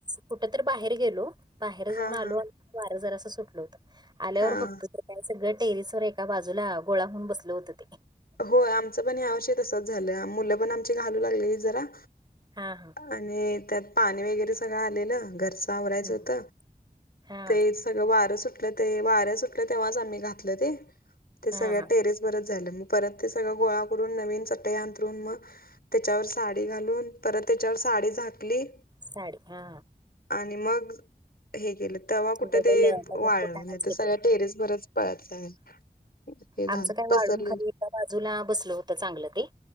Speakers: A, on the right (about 25°); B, on the left (about 70°).
A: कुठ तर बाहेर गेलो, बाहेर
B: हा
A: जाऊन आलो
B: हा
A: आणि वार जरासं सुटल होतं आल्यावर
B: हा
A: बघतो तर काय सगळं टेरिस वर एका बाजूला गोळा होऊन बसल होतं ते.
B: होय आमचं पण या वर्षी तसंच झालंय मुलं पण आमची घालू लागलेली जरा.
A: हा हा.
B: आणि त्यात पाणी वगैरे सगळं आलेलं घरचं आवरायचं
A: हम्म.
B: होत
A: हा
B: तेच सगळं वारं सुटलं ते वाऱ्या सुटलं तेव्हाच आम्ही घातलं ते. ते सगळ्या
A: हा हा.
B: टेरेस वरच झालं मग परत ते सगळं गोळा करून नवीन चटई अंथरून मग त्याच्यावर साडी घालून परत त्याच्यावर साडी झाकली.
A: साडी हा.
B: आणि मग हे केलं तेव्हा कुठे
A: डबल
B: ते
A: डबल
B: वाळल
A: फुटाणाच
B: नाही तर
A: घेतो
B: सगळ्या टेरेस भरच प हे झालं
A: आमचं काय
B: पसरलेली.
A: वाळून खाली एका बाजूला बसल होत चांगलं ते